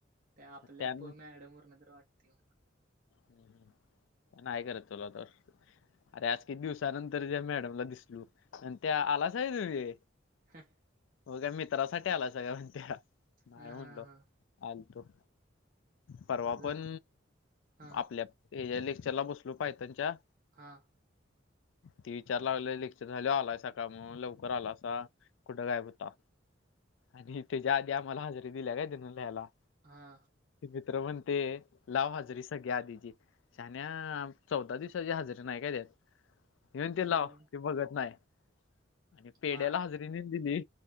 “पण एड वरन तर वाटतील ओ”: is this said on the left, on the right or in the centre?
Right